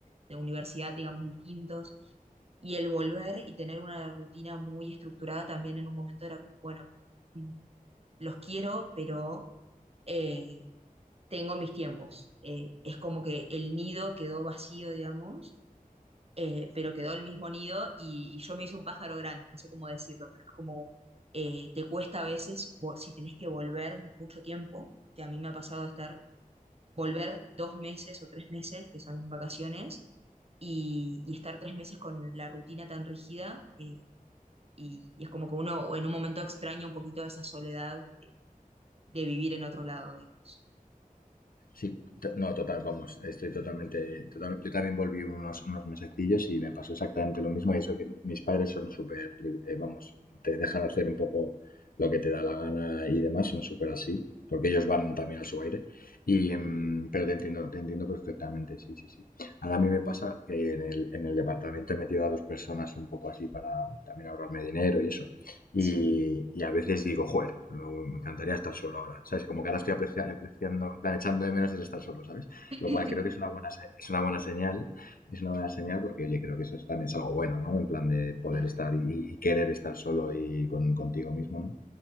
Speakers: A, on the right (about 45°); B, on the left (about 75°).
A: de universidad, digamos, distintos. Y el volver y tener una rutina muy estructurada también en un momento era como, bueno, mm, los quiero, pero eh, tengo mis tiempos. Eh, es como que el nido quedó vacío, digamos, eh, pero quedó el mismo nido y, y yo me hice un pájaro grande, no sé cómo decirlo, pero es como eh, te cuesta a veces, vo- si tenés que volver mucho tiempo, que a mí me ha pasado de estar, volver dos meses o tres meses, que son mis vacaciones, y, y estar tres meses con la rutina tan rígida, eh, y, y es como que uno en un momento extraña un poquito esa soledad de vivir en otro lado, digamos.
B: Sí, to- no, total, vamos, estoy totalmente, total- yo también volví unos, unos mesecillos y me pasó exactamente lo mismo y eso que mis padres son súper, lib- eh, vamos, te dejan hacer un poco lo que te da la gana y demás, son súper así, porque ellos van también a su aire, y, mm, pero te entiendo, te entiendo perfectamente, sí, sí, sí. Ahora a mí me pasa que en el, en el departamento he metido a dos personas un poco así para también ahorrarme dinero y eso, y,
A: <laughs> Sí.
B: y a veces digo, joder, me, me encantaría estar solo ahora, ¿sabes? Como que ahora estoy aprecia- apreciando, en plan, echando de menos el estar solo, ¿sabes?
A: <laughs>
B: Lo cual creo que es una buena, se- es una buena señal, es una buena señal porque, oye, creo que eso es- también es algo bueno, ¿no? En plan de poder
A: Claro,
B: estar y, y querer estar solo y con, contigo mismo, ¿no?